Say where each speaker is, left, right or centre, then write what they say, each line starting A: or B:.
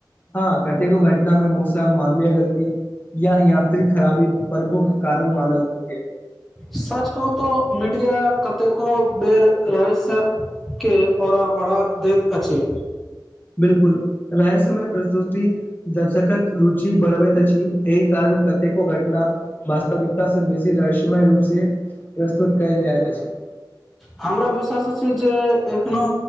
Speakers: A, on the left (about 25°); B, in the centre.
A: हँ कतेको घटना मे मौसम मानवीय गलती यह यहाँ खराबी प्रमुख कारण मानल गेल
B: सच कहु तऽ मीडिया कतेको बेर रहै स के ओऔरा बढ़ा दैत अछि
A: बिलकुल रहसमय प्रस्तुति दर्शकक रुचि बढ़बैत अछि एहि कारण कतेको घटना वास्तविकता से बेसी रहस्यमय रूप से प्रस्तुत कयल जाइत अछि
B: हमरा विश्वास छै जे एखनो